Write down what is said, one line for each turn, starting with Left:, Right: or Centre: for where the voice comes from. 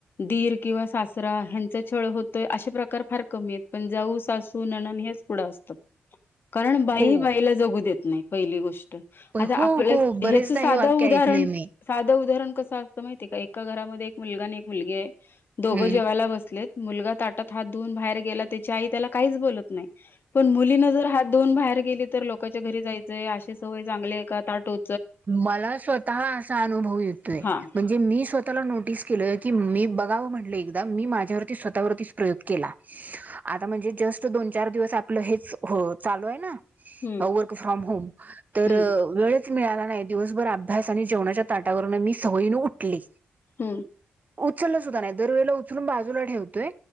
Left: दिर किंवा सासरा ह्यांचा छळ होतोय, असे प्रकार फार कमी आहेत. पण जाऊ, सासू, ननंद हेच पुढं अस <unintelligible> कारण बाई
Right: हो
Left: ही बाईला जगू देत नाही. पहिली गोष् आता
Right: हो
Left: आपल्याच
Right: हो
Left: हेच
Right: बरेचदा
Left: साधं
Right: हे वाक्य
Left: उदाहरण,
Right: ऐकलंय मी
Left: साधं उदारण कसं असतं माहिती हाय का, एका घरामध्ये एक मुलगा आणि एक मुलगी आहे. दोघं
Right: हम्म.
Left: जेवायला बसलेत मुलगा ताटात हात धुवून बाहेर गेला, त्याची आई त्याला काहीच बोलत नाही. पण मुलीना जर हात धुवून बाहेर गेली तर लोकांच्या घरी जायचंय, अशी सवय चांगली हाय का? ताट उ
Right: मला स्वतः असा अनुभव येतोय,
Left: हा
Right: म्हणजे मी स्व ताला नोटीस केलोय, की मी बघावं म्हटलं, एकदा मी माझ्यावरती स्वतःवरतीच प्रयोग केला. आता म्हणजे जस्ट दोन चार दिवस आपलं हेच चालू आहे ना
Left: हम्म
Right: वर्क फ्रॉम होम. तर
Left: हम्म
Right: वेळ मिळाला नाही. दिवसभर अभ्यास आणि जेवणाच्या ताटावरून मी सवयीनं उठले.
Left: हम्म.
Right: उचललंसुद्धा नाही. दरवेळेला उचलून बाजूला ठेवतोय